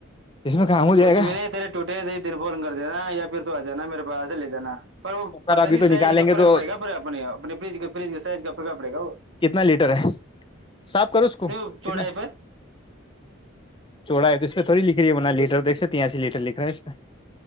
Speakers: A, on the left; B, on the right.
A: اس میں کام ہو جائے
B: کچھ
A: گا
B: بھی نہیں تیرے ٹے تھ دن فون کر دینا یا پھر تو جانا میرے پاس سے لے جانا پر وہ
A: کر
B: پتا
A: ابھی
B: نہیں
A: تو
B: سائز
A: نکالیں
B: کا
A: گے تو
B: فرق پڑے گا پر اپنے اپنے ف فج کا سائز کا فرق پڑےا وہ
A: کتنا لیٹر ہے صاف کرو اس کو
B: نہیں چوڑائی
A: کتنا
B: پہ
A: چوڑا ہے تو اس تھوڑی لکھ رہی ہے بنا ل لیٹر دیکھ یہ سے ل لیٹر لکھ رہا